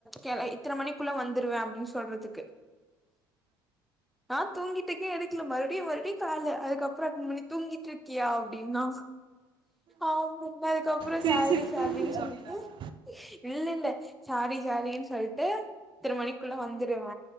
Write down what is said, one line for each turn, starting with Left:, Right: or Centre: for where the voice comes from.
Centre: கேல இதன மணிக் குள்ள வந்துருவே அப்பிடின் சொல்றதுக்கு நா தூங்கிட்டுகே எடுகல மறுடியு மறுடியு கால அதுகபுறோ அட்டன் பண்ணி தூங்கிட்ருக் கியா அப்பிடினா ஆமாம அதுகப்புறோ
Right: சரி
Centre: சாரிடி
Right: சரி
Centre: சாரினுடி
Right: தூங்கு
Centre: சொல்ட்டு
Right: அப்படின்னாளா?
Centre: இல்ல இல்ல சாரி சாரின் சொல்ட்டு இதன மணிகுள்ள வந்துருவ